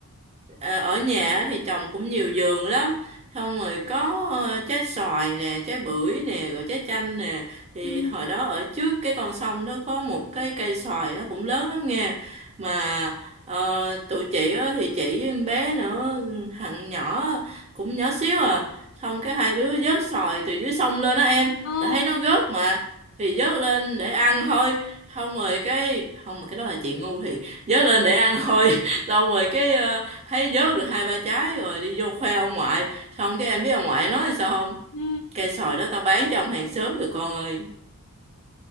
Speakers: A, on the right; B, on the left.
A: ờ, ở nhà thì trồng cũng nhiều vườn lắm. Xong rồi có ờ, trái xoài nè, trái bưởi nè, rồi trái chanh nè thì
B: ừ
A: hồi đó ở trước cái con sông đó có một cái cây xoài nó cũng lớn lắm nha mà ờ, tụi chị á, thì chị với con bé nữa thằng nhỏ cũng nhỏ xíu à xong cái hai đứa vớt xoài từ dưới sông lên đó em
B: ờ
A: tại thấy nó rớt mà thì vớt lên để ăn thôi xong rồi cái không mà cái đó là chuyện ngu thì vớt lên để ăn thôi <laughs> xong rồi cái ờ, thấy vớt được hai ba trái rồi đi vô khoe ông ngoại xong cái em biết ông ngoại nói sao không
B: ừ
A: cây xoài đó tao bán cho ông hàng xóm rồi con ơi